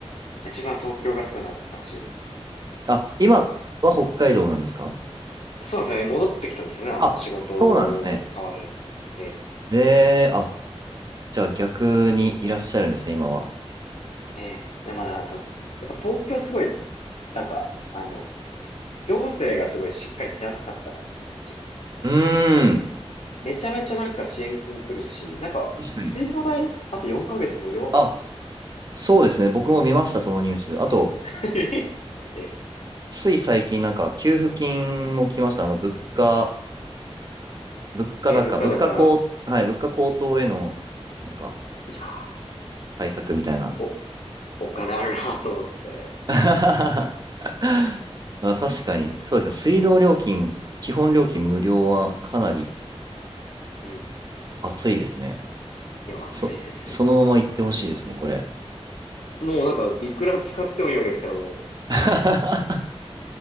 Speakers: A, on the left (about 80°); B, on the right (about 40°).
A: 自分は東京がすごい懐かしいです。
B: あ、今は北海道なんですか
A: そうなんですよね。戻ってきたんですよね。あの、
B: あ、
A: 仕事が変わるので。
B: そうなんですね。
A: ええ
B: えー、あ、じゃあ逆にいらっしゃるんですね、今は。
A: ええでまだ、あと、やっぱ東京すごい、なんか、あの、行政がすごいしっかり手厚かったなっていうイメージが。
B: うーん。
A: めちゃめちゃなんか支援金来るし、なんか、
B: 確かに。
A: 水道代、あと4ヶ月無料みたい
B: あ、そうですね。僕も見ました、そのニュース。あと、
A: な。<laughs> ええ、
B: つい最近なんか給付金も来ました。あの、物価、物価高、
A: え、物価高、
B: 物価高、はい、物価高騰への、なんか、
A: いやー、
B: 対策みたいな。
A: お、お金あるなと思って。
B: <laughs> あ、確かに。そうですね。水道料金、基本料金無料はかなり
A: うん。
B: 熱いですね。
A: いや、暑いですよね。
B: そ、そのまま行ってほしいですね、これ。
A: もうなんか、いくら使ってもいいわけですから、もう。
B: <laughs> <laughs>
A: あ、
B: 確